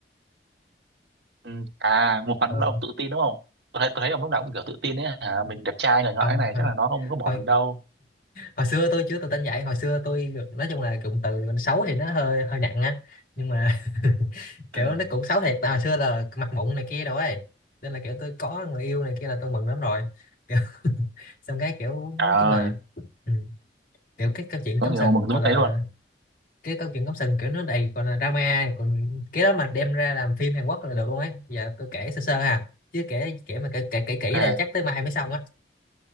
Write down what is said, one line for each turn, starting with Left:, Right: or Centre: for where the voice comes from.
Right: Ừ. À một phần
Left: ừ,
Right: cũng là ông tự tin đúng không? Tôi thấy tôi thấy ông lúc nào cũng kiểu tự tin ấy hả? Mình đẹp trai này ngõi
Left: không
Right: này
Left: thôi
Right: chắc là nó không có bỏ
Left: thôi
Right: mình đâu.
Left: hồi xưa tôi chưa tự tin vậy hồi xưa tôi nói chung là cụm từ xấu thì nó hơi hơi nặng á nhưng mà <laughs> kiểu
Right: Ừ.
Left: nó cũng xấu thiệt tại hồi xưa là mặt mụn này kia đâu ấy nên là kiểu tôi có người yêu này kia là tôi mừng lắm rồi kiểu, <laughs> xong cái kiểu
Right: Trời
Left: nói
Right: ơi,
Left: chung là ừ, kiểu cái câu chuyện
Right: có
Left: cắm
Right: nhiều
Left: sừng
Right: mừng tới
Left: gọi
Right: mức
Left: là
Right: đấy luôn.
Left: cái câu chuyện cắm sừng kiểu nó đầy gọi là drama còn cái đó mà đem ra làm phim Hàn Quốc là được luôn ấy giờ tôi kể sơ sơ ha chứ kể kể mà kể kể kể
Right: Ok,
Left: kỹ đây chắc tới mai mới xong á